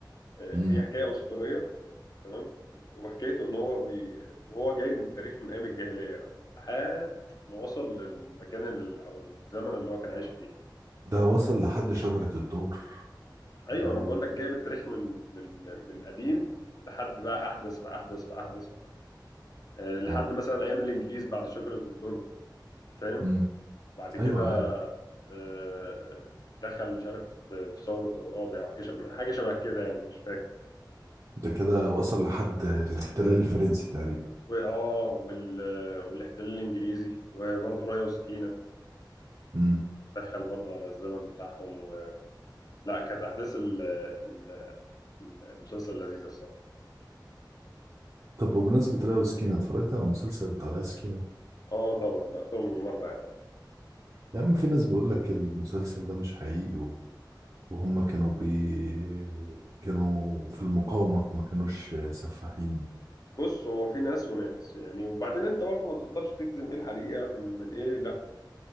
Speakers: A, on the left (about 50°); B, on the right (about 50°).
A: آه،
B: امم
A: هي حكايه اسطوريه تمام وحكايته ان هو بي... وهو جاي من التاريخ من ايام الجاهليه بقى لحد ما وصل للمكان ال... او الزمن اللي هو كان عايش فيه
B: ده وصل لحد شجرة الدور
A: ايوه
B: اوه
A: انا بقول لك جايب التاريخ من من من قديم لحد بقى احدث فاحدث فاحدث فأحدث. أه لحد
B: اه
A: مثلا ايام الانجليز بعد شجره الدر فاهم
B: امم
A: وبعد كده
B: ايوه عارف
A: أه دخل مش عارف في ثوره عرابي او حاجه شبه حاجة شبه كده يعني مش فاكر
B: ده كده وصل لحد الاحتلال الفرنسي تقريبا
A: واه وال... والاحتلال الانجليزي وبرضه رايه وسكينه
B: امم
A: دخل برضه على الزمن بتاعهم لا كانت احداث ال- ال- المسلسل لذيذه الصراحه
B: طب بمناسبة ريا وسكينة اتفرجت على مسلسل بتاع ريا وسكينة
A: اه طبعا اكتر من مره يعني
B: يا عم في ناس بيقول لك المسلسل ده مش حقيقي و... وهم كانوا بي... كانوا في المقاومة ما كانوش سفاحين
A: بص هو في ناس وناس يعني وبعدين انت برضه ما تقدرش تجزم ايه الحقيقه من ايه لا